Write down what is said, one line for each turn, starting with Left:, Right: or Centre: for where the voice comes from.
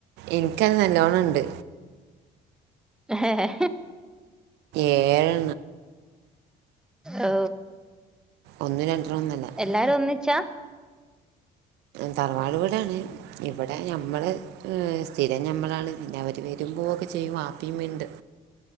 Right: ഇൻക്കത് നല്ലോണ്ണം ഉണ്ട്.
Centre: ഏഹ്
Right: ഏഴ്
Centre: ഓ
Right: ഒന്നും രണ്ടണ്ണന്നും അല്ല.
Centre: എല്ലാരും ഒന്നിച്ചാ?
Right: തറവാടു വീടാണ്. ഇവിടെ ഞമ്മള് സ്ഥിരം ഞമ്മളാണ്. പിന്നെ അവര് വരും പൊവക്കെ ചെയ്യും. വാപ്പിയും ഉമ്മീം ഉണ്ട്.